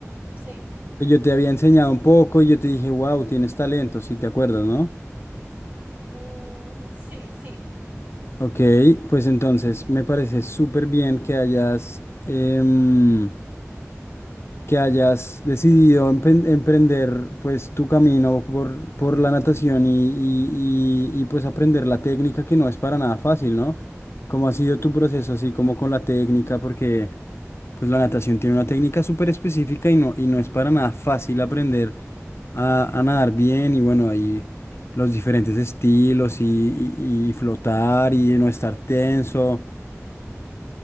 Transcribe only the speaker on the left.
Que yo te había enseñado un poco y yo te dije, wow, tienes talento, sí, te acuerdas, ¿no?
Ok, pues entonces me parece súper bien que hayas, em, que hayas decidido empen- emprender pues tu camino por, por la natación y, y- y- y, pues aprender la técnica que no es para nada fácil, ¿no? ¿Cómo ha sido tu proceso así como con la técnica? Porque pues la natación tiene una técnica súper específica y no, y no es para nada fácil aprender a, a nadar bien y bueno, y los diferentes estilos y, y- y flotar y no estar tenso.